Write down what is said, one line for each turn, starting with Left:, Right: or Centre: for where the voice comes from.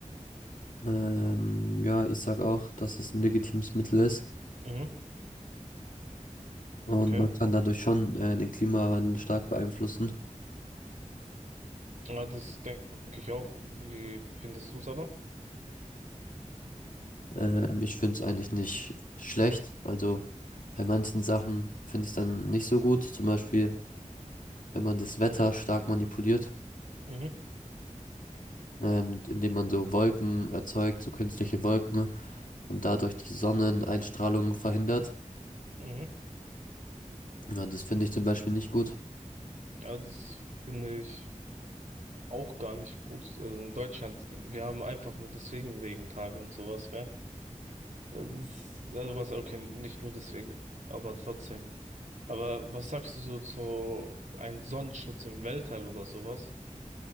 Left: ähm, ja, ich sag auch, dass es ein legitimes Mittel ist
Right: Mhm,
Left: und
Right: okay.
Left: man kann dadurch schon äh, den Klimawandel stark beeinflussen.
Right: Ja, das denke ich auch. Wie findest du es aber?
Left: Ähm, ich finde es eigentlich nicht schlecht. Also bei manchen Sachen finde ich es dann nicht so gut. Zum Beispiel, wenn man das Wetter stark manipuliert.
Right: Mhm,
Left: und indem man so Wolken erzeugt, so künstliche Wolken und dadurch die Sonneneinstrahlung verhindert.
Right: mhm.
Left: Ja, das finde ich zum Beispiel nicht gut.
Right: Ja, das finde ich auch gar nicht gut. Also in Deutschland, wir haben einfach nur deswegen Regentage und sowas, gell? Das, also was, okay, nicht nur deswegen, aber trotzdem. Aber was sagst du so zu einem Sonnenschutz im Weltall oder sowas?